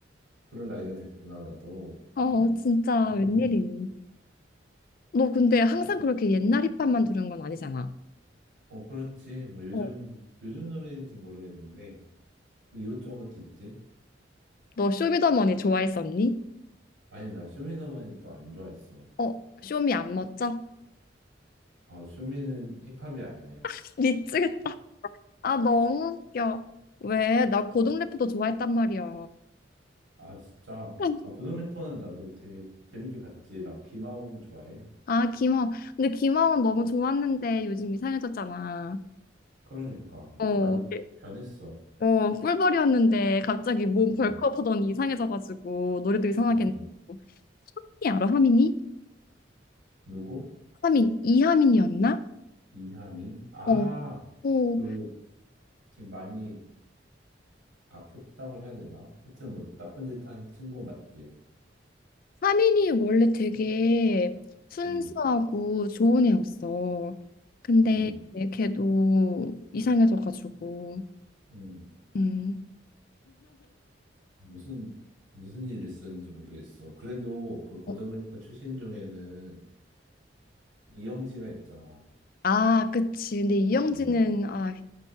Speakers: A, on the right; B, on the left.
A: 그럴 나이가 됐구나, 나도.
B: 어,
A: 어,
B: 진짜
A: 세상에.
B: 웬일이니? 너 근데 항상 그렇게 옛날 힙합만 들은 건 아니잖아.
A: 어, 그렇지. 뭐 요즘,
B: 어.
A: 요즘 노래인지 모르겠는데, 뭐 이것저것 듣지?
B: 너 쇼미더머니 좋아했었니?
A: 아니, 나 쇼미더머니 또 안 좋아했어.
B: 어, 쇼미 안 멋져?
A: 아, 쇼미는 힙합이 아니야.
B: <laughs> 미치겠다. 아, 너무 웃겨. 왜? 나 고등 래퍼도 좋아했단 말이야.
A: 아, 진짜.
B: <laughs>
A: 아, 고등 래퍼는 나도 되게 재밌게 봤지. 나 김하온 좋아해.
B: 아, 김하원. 근데 김하원 너무 좋았는데 요즘 이상해졌잖아.
A: 그러니까.
B: 어,
A: 많이 변했어.
B: 어, 꿀벌이었는데 갑자기 몸
A: 음,
B: 벌크업 하더니 이상해져가지고 노래도 이상하게
A: 음.
B: 했고 하민이 알아? 하민이?
A: 누구?
B: 하민 이하민이었나?
A: 이하민? 아,
B: 어, 어.
A: 그, 지금 많이 아프다고 해야 되나? 하여튼 뭐, 나쁜 짓 한 친구 맞지?
B: 하민이 원래 되게 순수하고
A: 응,
B: 좋은 애였어. 근데
A: 응,
B: 걔도 이상해져가지고
A: 응.
B: 음.
A: 무슨, 무슨 일 있었는지 모르겠어. 그래도 그 고등
B: 어,
A: 래퍼 출신 중에는 이영지가 있잖아.
B: 아, 그치. 근데 이영지는
A: 응,
B: 아